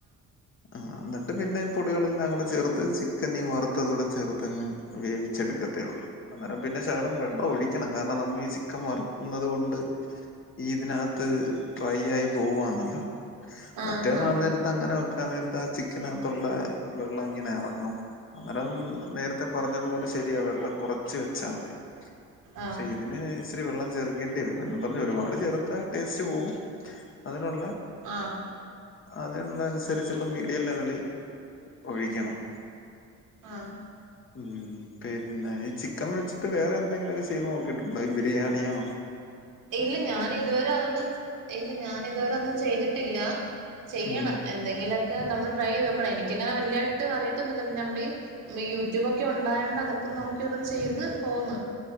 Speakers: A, on the left; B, on the right.
A: ആഹ് എന്നിട്ട് പിന്നെ ഈ പൊടികളെല്ലാം കൂടെ ചേർത്ത് ചിക്കൻ ഈ വറ്ത്തതും കൂടെ ചേർത്തങ്ങ് വേവിച്ചെട്ക്ക ത്തെ ഒള്ള്. അന്നേരം പിന്നെ ശകലം വെള്ളം ഒഴിക്കണം. കാരണം നമ്മള് ഈ ചിക്കൻ വറക്ക്ന്നത്കൊണ്ട് ഈ ഇതിനാകത്ത് ഡ്രൈ ആയി പോവാന്നല്ലോ
B: ആഹ് ആഹ്
A: മറ്റേന്ന്
B: ആഹ് ആഹ്
A: പറഞ്ഞാ ത്തങ്ങനെ വെക്കാൻ നേരത്ത് ആ ചിക്കനകത്തൊള്ളെ വെള്ളം ഇങ്ങനെ എറങ്ങും അന്നേരം നേരത്തെ പറഞ്ഞത് പോലെ ശെരിയാ വെള്ളം കൊറച്ച് വെച്ചാ മതി. <unintelligible>
B: ആഹ്
A: ഇതിന് ഇച്ചിരി വെള്ളം ചേർക്കേണ്ടി വെരും. എന്നും പറഞ്ഞ് ഒരുപാട് ചേർത്താ ടേസ്റ്റ് പോകും. അതിനൊള്ള
B: ആഹ്
A: അതിനൊള്ള അനുസരിചൊള്ള മീഡിയം ലെവല് ഒഴിക്കണം.
B: ആഹ്
A: ഉം പിന്നെ ഈ ചിക്കൻ വെച്ച്ട്ട് വേറെ എന്തെങ്കിലൊക്കെ ചെയ്ത് നോക്കിട്ടുണ്ടോ ഈ ബി രിയാണിയോ
B: ഇല്ല ഞാനിതുവരെ അതൊന്നും ഇല്ല ഞാനിതുവരെ ഒന്നും ചെയ്തിട്ടില്ലാ. ചെയ്യണം
A: ഉം.
B: എ ന്തെങ്കിലൊക്കെ നമ്മള് ട്രൈ ചെയ്ത് നോക്കണം. എനിക്ക് അങ്ങനെ വല്ല്യായ്ട്ട് അറിയത്തൊന്നുല്ലാ പിന്നെ നമ്മള് ഈ യൂട്യൂബാക്കെ ഒണ്ടായോണ്ട് അതൊക്കെ നോക്കി ഒരോന്ന് ചെയ്ത് പോന്ന്.